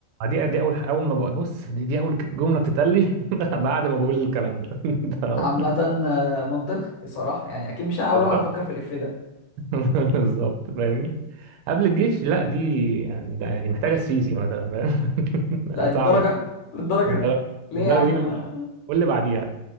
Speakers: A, on the right; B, on the left.
A: دي دي اول اول ما بق- بص دي, دي اول جمله بتتقال لي <laughs> بعد ما بقول الكلام ده <laughs> تمام
B: عامه آه، منطقي الصراحه يعني اكيد مش انا اول
A: بالظبط.
B: واحد افكر في الاف ده
A: <laughs> بالظبط فاهمني قبل الجيش لا دي يعني ده يعني محتاجه السيسي مثلا فاهم <laughs> يعني
B: لا للدرجه
A: صعبه
B: للدرجه
A: للدرجه
B: ليه
A: للدرجه
B: يا عم
A: دي واللي
B: ما...
A: بعد- واللي بعديها